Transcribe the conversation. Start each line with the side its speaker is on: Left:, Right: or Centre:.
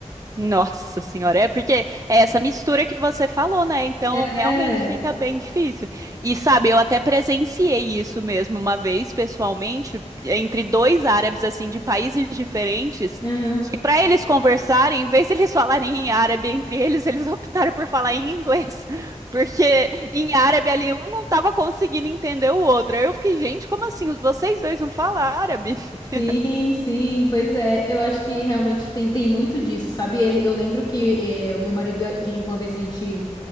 Right: Nossa senhora, é porque é essa mistura que você falou, né? Então
Left: É.
Right: realmente fica bem difícil. E sabe, eu até presenciei isso mesmo uma vez pessoalmente, entre dois árabes assim de países diferentes,
Left: Aham.
Right: que para eles conversarem, em vez de eles falarem em árabe entre eles, eles optaram por falar em inglês, <laughs> porque em árabe ali um não tava conseguindo entender o outro. Eu fiquei, gente, como assim? Vocês dois não falam árabe? <laughs>
Left: Sim, sim, pois é. Eu acho que realmente tem, tem muito disso, sabe? Ele, eu lembro que eh, o meu marido, a gen- uma vez a gente,